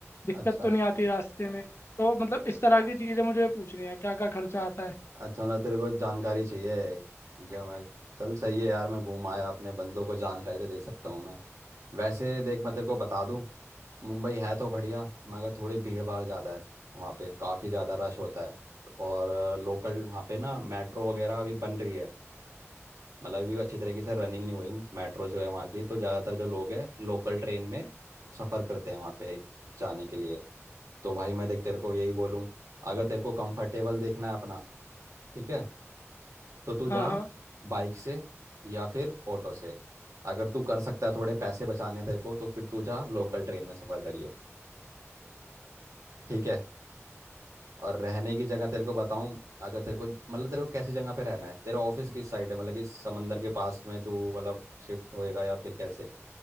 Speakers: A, on the left; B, on the right.
A: दिक्कत
B: अच्छा
A: तो नहीं आती रास्ते में तो मतलब इस तरह की चीज़ें मुझे पूछनी है क्या क्या खर्चा आता है
B: अच्छा मतलब तेरे को जानकारी चाहिए जब मैं चल सही है यार मैं घूम आया अपने बंदों को जानकारी तो दे सकता हूँ मैं वैसे देख मैं तेरे को बता दूँ मुंबई है तो बढ़िया मगर थोड़ी भीड़ भाड़ ज़्यादा है वहाँ पे काफ़ी ज़्यादा रश होता है और लोकल वहाँ पे ना मेट्रो वगैरह अभी बन रही है मतलब अभी अच्छी तरीके से रनिंग नहीं हुई मेट्रो जो है वहाँ की तो ज़्यादातर जो लोग हैं लोकल ट्रेन में सफ़र करते हैं वहाँ पे जाने के लिए तो भाई मैं देख तेरे को यही बोलूँ अगर तेरे को कंफर्टेबल देखना है अपना ठीक है तो तू जा
A: हाँ हाँ
B: बाइक से या फिर ऑटो से अगर तू कर सकता है थोड़े पैसे बचाने तेरे को तो फिर तू जा लोकल ट्रेन में सफ़र करियो ठीक है और रहने की जगह तेरे को बताऊं अगर तेरे को मतलब तेरे को कैसी जगह पे रहना है तेरा ऑफिस किस साइड है मतलब कि समंदर के पास में तू मतलब शिफ्ट होएगा या फिर कैसे